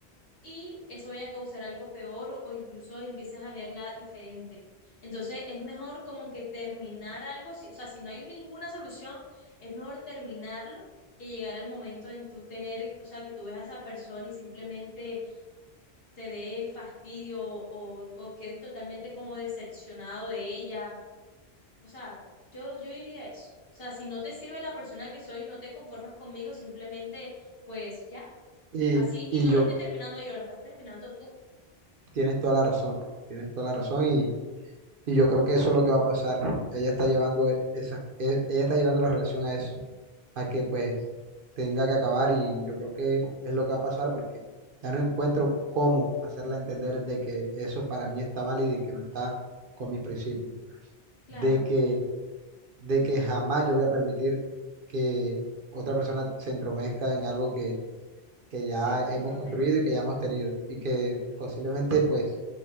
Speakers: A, on the left; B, on the right.
A: y eso vaya a causar algo peor o, o incluso empieces a verla diferente. Entonces es mejor como que terminar algo, si- o sea, si no hay ninguna solución, es mejor terminarlo que llegar al momento en tú tener, o sea, que tú ves a esa persona y simplemente te dé fastidio o, o quedes totalmente como decepcionado de ella. O sea, yo, yo diría eso. O sea, si no te sirve la persona que soy y no te conformas conmigo, simplemente, pues ya,
B: y,
A: así. Y
B: y
A: no
B: yo,
A: lo estoy terminando yo, lo estás terminando tú.
B: tienes toda la razón, tienes toda la razón y, y yo creo que eso es lo que va a pasar. Ella está llevando e, esas, e- ella está llevando la relación a eso. a que pues tenga que acabar y yo creo que es lo que va a pasar porque ya no encuentro cómo hacerla entender de que eso para mí está mal y de que no está con mis principios,
A: Claro,
B: de que, de que jamás yo voy a permitir que otra persona se entromezca en algo que que ya
A: sí, se
B: hemos
A: entrometo.
B: construido y que ya hemos tenido y que posiblemente pues